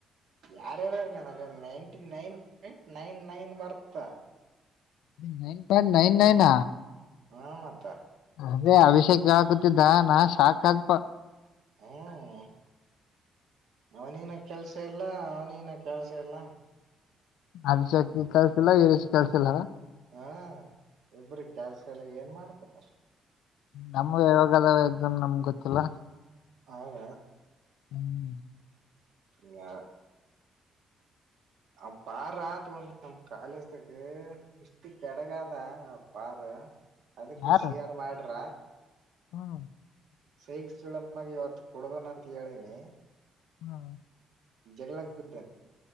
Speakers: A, on the right (about 75°); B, on the left (about 85°).
A: ಯಾರ ಹೇಳಾರ ನನಗೆ ನೈನ್ಟಿ ನೈನ್ ನೈನ್ ನೈನ್ ಬರ್ತಾ
B: ನೈನ್ ಪಂ ನೈನ್ ನೈನ್
A: ಹಾ ಮತ್ತ
B: ಅದೇ ಅಭಿಷೇಕ್ ಹಾಕತಿದ್ದ ನಾ ಶಾಕ್ ಹಪ
A: ಹ್ಮ ಅವನಿನ ಕೆಲ್ಸ ಇಲ್ಲ ಅವನಿನ ಕೆಲ್ಸ ಇಲ್ಲ
B: ಅರ್ಷಕ ಕಳ್ಸಿಲ್ಲ ಈ ರಷಿ ಕಳ್ಸಿಲ್ಲಾರ
A: ಹಾ ಇಬ್ರ ಕೆಲ್ಸ ಎಲ್ಲ ಏನ್ ಮಾಡ್ತಾರಲ್
B: ನಮ್ಗ ಯಾವಾಗ ಅದಾವ ಎಗದಮ್ ನಮ್ಗ್ ಗೊತ್ತಿಲ್ಲ
A: ಹೌದ
B: ಹ್ಮ್
A: ಹ ಆ ಪಾರಾದು ಒಂದು ನ್ ಕಾಲೇಜ್ ಇಷ್ಟಿ ಕಡಗಾದಾ ಪಾರ ಅದಕ್ಕೆ
B: ಯಾರು
A: ಸಿಯಾರ ಮಾಡ್ರ
B: ಹ್ಮ್
A: ಸೈಕ್ ಚ ನಗೆ ಇವತ್ತು ಕುಡುದನ ಅಂತ ಹೇಳೀನಿ
B: ಹಾ
A: ಜೆಗಲಾಕ್ ಬಿದನ್